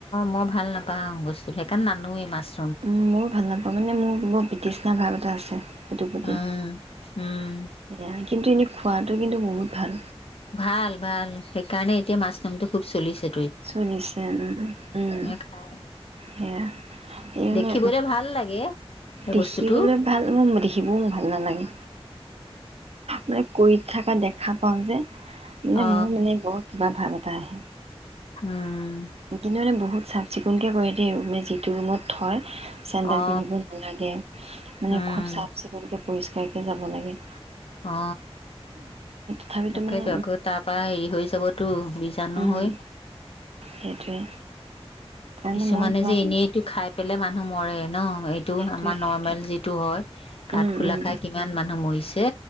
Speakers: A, on the left; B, on the right.
A: মই ভাল নাপাওঁ বস্তুতো সেইকাৰণ নানোৱে মাছ।
B: উম, মোৰ ভাল নাপাওঁ মানে মোৰ বহু ব্ৰটিচনা ভাৱ ত আছে সেইটোৰ প্ৰতি।
A: উম উম
B: সেয়া কিন্তু এনেই খোৱাটো কিন্তু বহুত ভাল
A: ভাল ভাল সেইকাৰণে এতিয়া মাছ নমটো খুব চলিছে
B: চুনিছে উম উম
A: খাই
B: সেয়া এইএনে
A: দেখিবলে ভাল লাগে সেই
B: দেখিবলৈ
A: বস্তুটো
B: ভাল মোৰ দেখিবও মোৰ ভাল নালাগে মে ক থকা দেখা পাওঁ যে মানে
A: অ
B: মোৰ মানে বৰ কিবা ভাব এটা আহে
A: উম
B: কিন্ত মানে বহুত চাফ চিকুণকৈ কৰি দিয়ে ৰু মে যিটো ৰুমত থয় চেণ্ডেল
A: অ
B: পিন্ধিব নালাগে মানে
A: উম
B: খুব চাফ চিকুণকৈ পৰিষ্কাৰকে যাব লাগে
A: অ
B: তথাপিতো
A: তাকেইতো
B: মানে
A: আকৌ তাৰ পৰা হেৰি হৈ যাবতো বীজাণু
B: উম
A: হৈ
B: সেইটোৱে কাৰণে
A: কিছুমানে
B: মই যোৱা
A: যে
B: মানে
A: এনেইটো খাই পেল ে মানুহ মৰে ন এইটো
B: সেইটোৱে
A: আমাৰ নৰ্মেল
B: সেইটোৱে
A: যিটো হয় কাঠফুলা
B: উম উম
A: খাই কিমান মানুহ মৰিছে